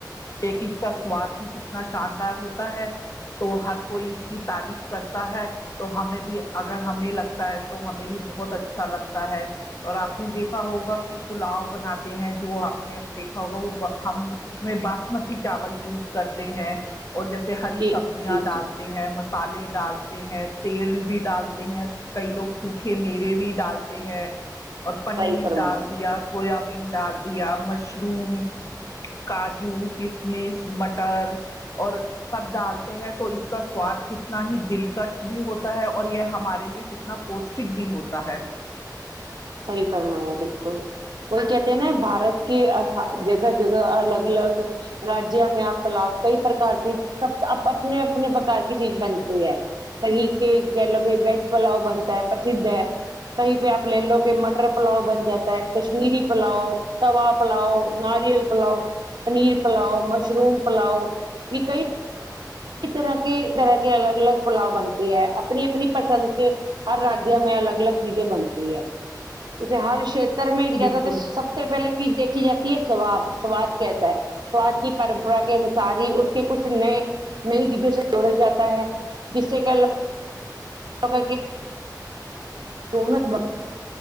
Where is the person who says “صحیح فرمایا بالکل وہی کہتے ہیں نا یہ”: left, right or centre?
Right